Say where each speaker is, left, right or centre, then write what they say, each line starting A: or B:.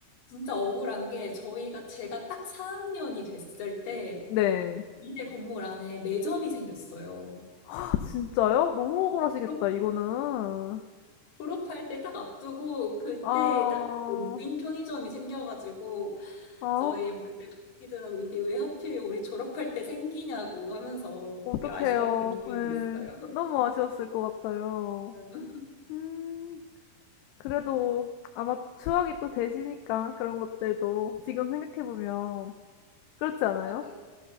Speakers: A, on the left; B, on the left.
A: 진짜 억울한 게 저희가 제가 딱 4학년이 됐을 때
B: 네.
A: 미대 건물 안에 매점이 생겼어요.
B: 아 진짜요? 너무 억울하시겠다
A: 졸업,
B: 이거는.
A: 졸업할 때 딱 앞두고 그때
B: 아.
A: 딱 그 무인 편의점이 생겨가지고
B: 아.
A: 저희 그때 동기들하고 이게 왜 하필 우리 졸업할 때 생기냐고 하면서
B: 어떡해요.
A: 되게 아쉬워했던 기억이
B: 예.
A: 있어요.
B: 너무 아쉬웠을 것 같아요.
A: <laughs>
B: 음. 그래도 아마 추억이 또 되시니까 그런 것들도 지금 생각해 보면 그렇지 않아요?
A: 맞아요.